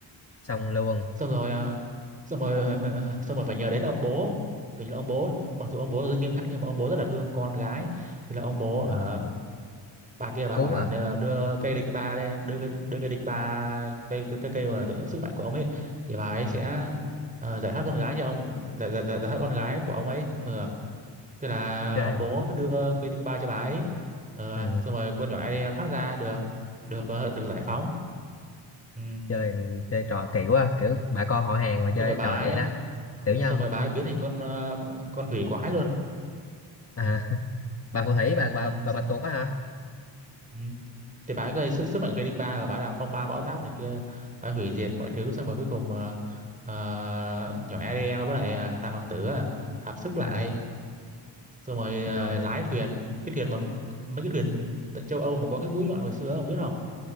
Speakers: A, on the left; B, on the right.
A: xong luôn
B: xong rồi ờ, xong rồi ờ, ờ, xong rồi phải nhờ đến ông bố kiểu như là ông bố mặc dù ông bố rất nghiêm khắc nhưng mà ông bố rất là thương con gái thì là ông bố
A: à.
B: hả bà kia bà
A: cứu
B: bảo là
A: à
B: nờ- đưa cây đinh ba lên đưa cây đưa cây đinh ba cây cây cây, cây mà tự, sức mạnh của ông ấy thì bà ấy sẽ
A: Ừ.
B: ờ, giải thoát con gái cho ông giải giải giải giải thoát con gái của ông ấy ừ. à. Thế là
A: chơi
B: ông bố đưa cây đương bao cho bà ấy. Ờ,
A: ừ.
B: xong rồi con nhỏ Ariel thoát ra được được ờ, được giải phóng. Ừ.
A: chơi chơi trò kỳ quá kiểu bà con họ hàng mà chơi
B: Xong rồi bà
A: trò vậy
B: ấy
A: đó tiểu nhân
B: xong rồi bà ấy biến thành con ờ, con thủy quái luôn.
A: à bà phù thủy bà
B: Ừ.
A: bà bà
B: s-
A: bạch tuộc á hả
B: ừ. Thì bà ấy có sức sức mạnh của cây đinh ba rồi bà ấy làm phong ba bão táp này kia, bà ấy hủy diệt mọi thứ xong rồi cuối cùng ờ, ờ, nhỏ Ariel với lại ờ, thằng hoàng tử à, hợp sức lại
A: ừ.
B: xong rồi ờ,
A: rồi
B: lái thuyền cái thuyền mà một, mấy cái thuyền tại châu Âu mà có cái mũi nhọn hồi xưa ông biết không?